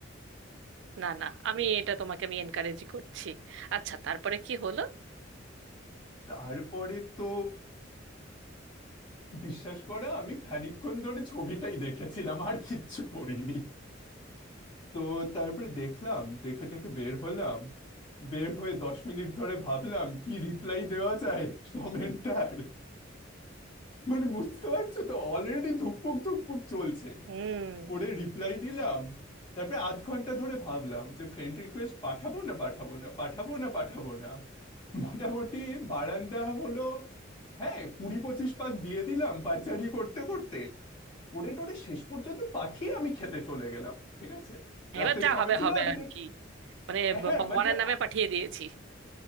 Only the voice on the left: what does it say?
তারপরে তো বিশ্বাস করে আমি খানিকক্ষণ ধরে ছবিটাই দেখেছিলাম আর কিচ্ছু করিনি তো তারপরে দেখলাম দেখে টেকে বের হলাম বের হয়ে দশ মিনিট ধরে ভাবলাম কি রিপ্লাই দেওয়া যায় কমেন্টার মানে বুঝতে পারছো তো অলরেডি ধুকপুক ধুকপুক চলছে
করে রিপ্লাই দিলাম তারপরে আধ ঘন্টা ধরে ভাবলাম যে ফ্রেন্ড রিকোয়েস্ট পাঠাবো না পাঠাবো না পাঠাবো না পাঠাবো না মোটামুটি বারান্দা হলো হ্যাঁ কুড়ি পঁচিশ পাক দিয়ে দিলাম পাইচারি করতে করতে করে টোরে শেষ পর্যন্ত পাঠিয়ে আমি খেতে চলে গেলাম ঠিক আছে
রাতের
সময়
ছিল
আমি
তো-
হ্যাঁ
মানে
আ-